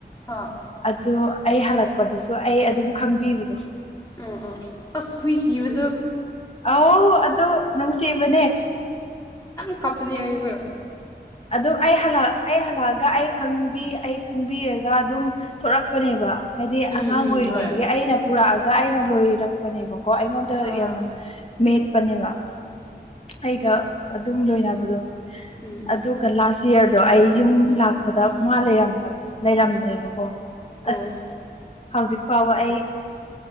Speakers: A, on the left; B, on the left.
A: ꯑꯥ
B: ꯑꯗꯨ ꯑꯩ ꯍꯜꯂꯛꯄꯗꯁꯨ ꯑꯩ ꯑꯗꯨꯝ ꯈꯪꯕꯤ ꯗ
A: ꯎꯝ ꯑꯁ ꯍꯏꯁꯤꯕꯗ
B: ꯑ ꯑꯗꯨꯗꯣ ꯅꯪ ꯁꯤꯕꯅꯦ
A: ꯀꯞꯄꯅꯤ ꯍꯥꯏꯏꯔ
B: ꯑꯗꯨꯝ ꯑꯩ ꯑꯩ ꯍꯜꯂꯛꯑꯒ ꯑꯩ ꯈꯪꯕꯤ ꯑꯩ ꯈꯪꯕꯤꯔꯒ ꯑꯗꯨꯝ ꯊꯂꯛꯄꯅꯦꯕ ꯍꯥꯏꯗꯤ
A: ꯎꯝ
B: ꯑꯉꯥꯡ
A: ꯎꯝ
B: ꯑꯣꯏꯔꯤꯉꯩꯗꯒꯤ
A: ꯍꯣꯏ ꯑꯥ
B: ꯑꯩꯅ ꯄꯨꯔꯛꯑꯒ ꯑꯩ ꯑꯩꯅ ꯂꯣꯏꯔꯛꯄꯅꯦꯕꯀꯣ ꯑꯩꯉꯣꯟꯗ
A: ꯑꯥ
B: ꯌꯥꯝꯅ ꯃꯦꯠꯄꯅꯦꯕ ꯑꯩꯒ ꯑꯗꯨꯝ ꯂꯣꯏꯅꯕꯗꯣ
A: ꯎꯝ ꯎꯝ
B: ꯑꯗꯨꯒ ꯂꯥꯁ ꯆꯤꯌꯔꯗꯣ ꯑꯩ ꯌꯨꯝ ꯂꯥꯛꯄꯗ ꯃꯥ ꯂꯩꯔꯝꯗꯕ ꯂꯩꯔꯝꯗ꯭ꯔꯦꯕꯀꯣ
A: ꯑꯣ
B: ꯑꯁ ꯍꯧꯖꯤꯛ ꯐꯥꯎꯕ ꯑꯩ